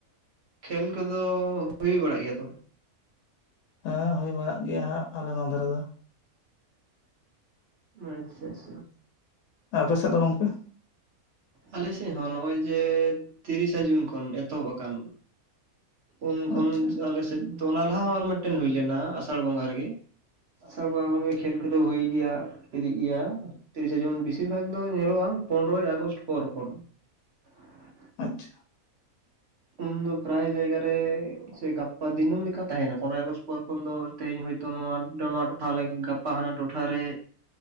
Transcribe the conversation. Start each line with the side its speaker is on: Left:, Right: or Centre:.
Right: ᱠᱷᱮᱞ ᱠᱚᱫᱚ ᱦᱩᱭ ᱵᱟᱲᱟᱜ ᱜᱮᱭᱟ ᱛᱚ ᱾
Left: ᱦᱮᱸ ᱦᱩᱭ ᱵᱟᱲᱟᱜ ᱜᱮᱭᱟ ᱦᱟᱸᱜ ᱟᱞᱮ ᱱᱚᱣᱟ ᱫᱷᱟᱨᱮ ᱫᱚ
Right: ᱟᱪᱪᱷᱟ, ᱟᱪᱪᱷᱟ ᱾
Left: ᱟᱯᱮ ᱥᱮᱫ ᱫᱚ ᱜᱚᱢᱠᱮ?
Right: ᱟᱞᱮ ᱥᱮᱫ ᱦᱚᱸ ᱱᱚᱜᱼᱚᱭ ᱡᱮ ᱛᱤᱨᱤ ᱥᱟ ᱡᱩᱱ ᱠᱷᱚᱱ ᱮᱛᱚᱦᱚᱵ ᱟᱠᱟᱱ ᱩᱱ ᱠᱷᱚᱱ
Left: ᱟᱪᱪᱷᱟ
Right: ᱟᱞᱮ ᱥᱮᱫ ᱫᱚ ᱚᱱᱟ ᱞᱟᱦᱟ ᱦᱚᱸ ᱟᱨ ᱢᱤᱫ ᱴᱮᱱ ᱦᱩᱭ ᱞᱮᱱᱟ ᱟᱥᱟᱲ ᱵᱚᱸᱜᱟ ᱨᱮᱜᱮ ᱟᱥᱟᱲ ᱵᱚᱸᱜᱟ ᱠᱷᱚᱱ ᱜᱮ ᱠᱷᱮᱞ ᱠᱚᱫᱚ ᱦᱩᱜ ᱜᱮᱭᱟ ᱾ ᱤᱫᱤᱜ ᱜᱮᱭᱟ ᱛᱤᱨᱤᱥᱟ ᱡᱩᱱ ᱵᱮᱥᱤᱨ ᱵᱷᱟᱜᱽ ᱫᱚ ᱧᱮᱞᱚᱜᱼᱟ ᱯᱚᱱᱨᱚᱭ ᱟᱜᱚᱥᱴ ᱯᱚᱨ ᱯᱚᱨ <inaudible>
Left: ᱟᱪᱪᱷᱟ
Right: ᱩᱱ ᱫᱚ ᱯᱮᱨᱟᱭ ᱡᱟᱭᱜᱟ ᱨᱮ ᱥᱮ ᱜᱟᱯᱟ ᱫᱤᱱᱟᱹᱢ ᱞᱮᱠᱟ ᱛᱟᱦᱮ ᱱᱟ ᱯᱚᱱᱨᱚᱭ ᱟᱜᱚᱥᱴ ᱯᱚᱨ ᱠᱷᱚᱱ ᱫᱚ ᱛᱮᱦᱮᱧ ᱦᱚᱭᱛᱳ ᱱᱚᱣᱟ ᱟᱭᱢᱟ ᱴᱚᱴᱷᱟ ᱜᱟᱯᱟ ᱦᱟᱱᱟ ᱴᱚᱴᱷᱟ ᱨᱮ